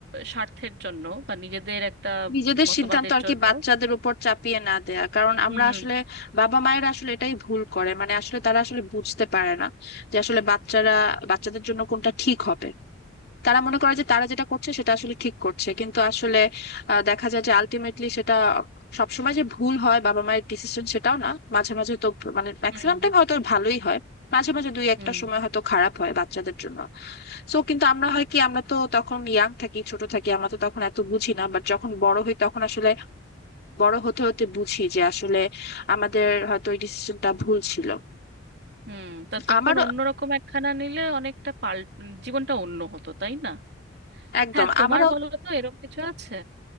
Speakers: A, on the right; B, on the left.
A: স্বার্থের জন্য বা নিজেদের একটা
B: নিজেদের
A: মতবাদের
B: সিদ্ধান্ত আর
A: জন্য
B: কি বাচ্চাদের উপর চাপিয়ে না দেয়া কারণ আমরা
A: হুম
B: আসলে বাবা মায়েরা আসলে এটাই ভুল করে মানে আসলে তারা আসলে বুঝতে পারে না যে আসলে বাচ্চারা বাচ্চাদের জন্য কোনটা ঠিক হবে তারা মনে করে যে তারা যেটা করছে সেটা আসলে ঠিক করছে কিন্তু আসলে আহ, দেখা যায় যে আলটিমেটলি সেটা সবসময় যে ভুল হয় বাবা মায়ের ডিসিশন সেটাও না মাঝে মাঝে তো মানে ম্যাক্সিমাম
A: হুম
B: টাইম হয়তো ভালোই হয় মাঝে মাঝে দুই একটা
A: হুম
B: সময় হয়তো খারাপ হয় বাচ্চাদের জন্য সো কিন্তু আমরা হয় কি আমরা তো তখন ইয়াং থাকি ছোট থাকি আমরা তো তখন এত বুঝি না বাট যখন বড় হই তখন আসলে বড় হতে হতে বুঝি যে আসলে আমাদের হয়তো ওই ডিসিশনটা ভুল ছিল
A: হুম তা তখন
B: আমারও
A: অন্যরকম একখানা নিলে অনেকটা পাল জীবনটা অন্য হতো তাই না
B: একদম
A: হ্যাঁ তোমার
B: আমারও
A: বলো তো এরকম কিছু আছে